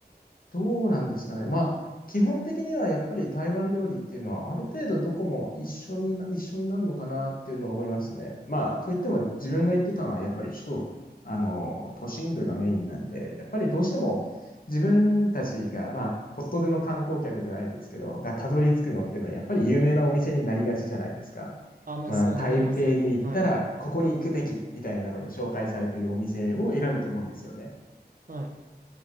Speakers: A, on the left; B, on the right.
A: どうなんですかね。まあ、基本的にはやっぱり台湾料理っていうのは、ある程度どこも一緒にな、一緒になるのかなっていうのは思いますね。まあ、といっても自分が行ってたのは、やっぱり首都、あの、都心部がメインなんで、やっぱりどうしても自分たちが、まあ、ポッとでの観光客じゃないですけど、がたどり着くのっていうのは、やっぱり有名なお店になりがちじゃないですか。
B: あ、まあ、
A: まあ、
B: そうなりますよね。
A: なんか台北に行ったら、
B: はい。
A: ここに行くべきみたいなので紹介されているお店を選ぶと思うんですよね。
B: はい。